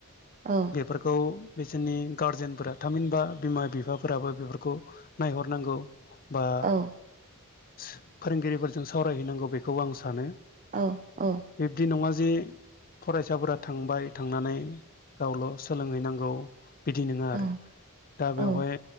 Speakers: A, on the right (about 35°); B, on the left (about 40°).
A: औ
B: बेफोरखौ बिसोरनि गारजेनफोरा थामहिनबा बिमा बिफाफोराबो बेफोरखौ नायहरनांगौ बा
A: औ
B: फोरोंगिरिफोरजों सावरायहैनांगौ बेखौ आं सानो
A: औ औ
B: बिब्दि नङा जे फरायसाफोरा थांबाय थांनानै गावल' सोलोंहैनांगौ बिदि नङा
A: औ
B: आरो दा
A: औ
B: बेवहाय